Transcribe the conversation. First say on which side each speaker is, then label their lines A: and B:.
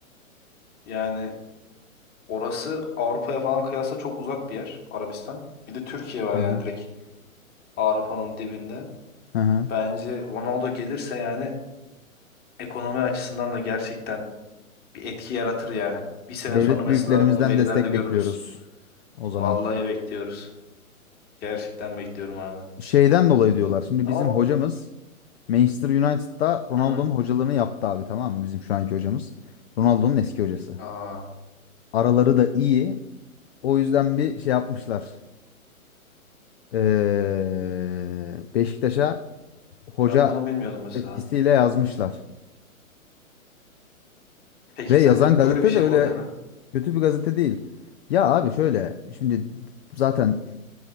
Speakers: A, on the left; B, on the left.
A: Yani orası Avrupa'ya falan kıyasla çok uzak bir yer Arabistan. Bir de Türkiye var
B: Hı
A: yani
B: hı.
A: direkt Avrupa'nın dibinde.
B: Hı hı.
A: Bence Ronaldo gelirse yani ekonomi açısından da gerçekten bir etki yaratır yani. Bir sene
B: Devlet
A: sonra mesela
B: büyüklerimizden
A: bunu verilerde
B: destek
A: görürüz.
B: bekliyoruz. O zaman.
A: Vallahi bekliyoruz. Gerçekten bekliyorum abi.
B: Şeyden dolayı diyorlar. Şimdi
A: Ama
B: bizim hocamız Manchester United'da Ronaldo'nun
A: Hı.
B: hocalığını yaptı abi tamam mı? Bizim şu anki hocamız. Ronaldo'nun eski hocası.
A: Aa,
B: Araları da iyi. O yüzden bir şey yapmışlar. eee, Beşiktaş'a hoca
A: ben bunu bilmiyordum mesela.
B: etkisiyle yazmışlar.
A: Peki
B: Ve yazan
A: sence
B: gazete
A: böyle bir şey
B: de öyle
A: olabilir mi?
B: kötü bir gazete değil. Ya abi şöyle şimdi zaten